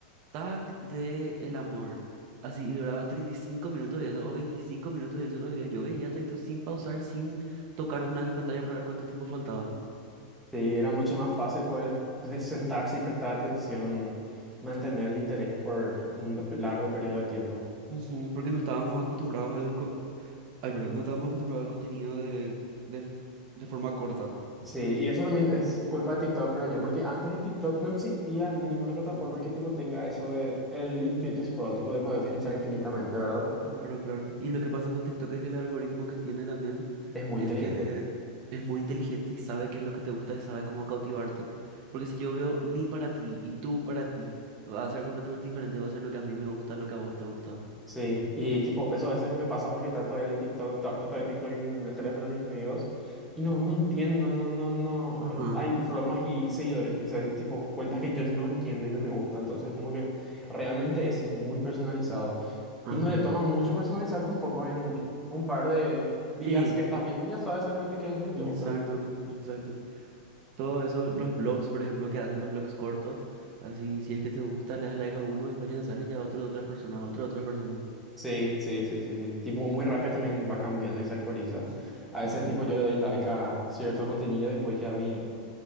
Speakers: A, on the right; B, in the centre.
A: Tac de El Amor. Así, y duraba 35 minutos y eso, o 25 minutos y eso los videos. Yo veía todito sin pausar, sin tocar una de mis pantallas para ver cuánto tiempo faltaba.
B: sí, era mucho más fácil poder de- sentarse y prestar atención, mantener el interés por un la- largo periodo de tiempo.
A: Ujú, porque no estábamos acostumbrados al... co- Ay, perdón, no estábamos acostumbrados al contenido de, de, f- de forma corta.
B: Sí, y eso también es culpa de TikTok, creo yo, porque antes de TikTok no existía ninguna plataforma
A: Ujú,
B: que tipo tenga eso de el infinity scroll, tipo de poder deslizar infinitamente, ¿verdad?
A: Claro, claro. Y lo que pasa con TikTok es que el algoritmo que tiene también
B: Es muy
A: Es
B: inteligente.
A: que es muy inteligente y sabe qué es lo que te gusta y sabe cómo cautivarte. Porque si yo veo mi para ti y tú para ti, va a ser completamente diferente, va a ser lo que a mí me gusta, lo que a vos te gusta.
B: Sí, y tipo, eso a veces me pasa porque trato de ver el TikTok, tra- trato de ver TikTok en el teléfono de mis amigos y no, no entiendo, no, no, no,
A: Ajá,
B: hay bromas y seguidores, que- o sea, tipo, cuentas que yo no entiendo y no me gusta, entonces como que realmente es muy personalizado
A: ajá.
B: y no le toma mucho personalizar tampoco en un par de días
A: Sí,
B: que estás viendo, ya sabes exactamente qué es lo que te
A: exacto,
B: gusta.
A: exacto. Todo eso, los vlogs, por ejemplo, que hacen los vlogs cortos, así, si es que te gusta, le das like a uno, después ya te sale ya otro de otras personas, otro de otras personas.
B: Sí, sí, sí, sí, sí. Tipo, muy rápido también va cambiando y se actualiza.
A: Ujú,
B: A veces,
A: ujú.
B: tipo, yo le doy like a cierto contenido y después ya a mí.